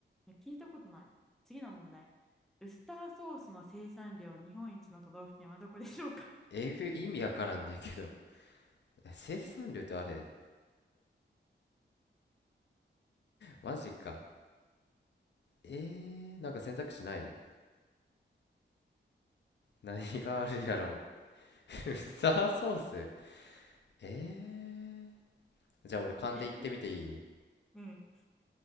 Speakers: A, in the centre; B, on the left.
A: いや聞いたことない。次の問題。ウスターソースの生産量日本一の都道府県はどこでしょうか
B: えぐい意味わからんねんけどえ <laughs> 生産量ってあれマジかえー、なんか選択肢ない何があるやろう <laughs> ウスタ <laughs> ーソースえー、じゃあ俺勘で言ってみていいう
A: <laughs> え、うん。